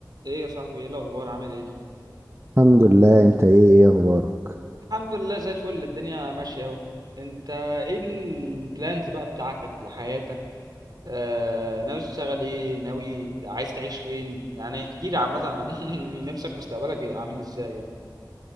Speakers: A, on the right (about 65°); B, on the right (about 35°).
A: ايه يا صاحبي ايه الاخبار عامل ايه
B: الحمد لله انت ايه ايه اخبارك
A: الحمد لله زي الفل الدنيا ماشيه اهو انت ايه البلانز بقى بتاعتك لحياتك آه ناوي تشتغل ايه ناوي عايز تعيش فين يعني احكي لي عامه عن <laughs> نفسك مستقبلك يبقى عامل ازاي يعني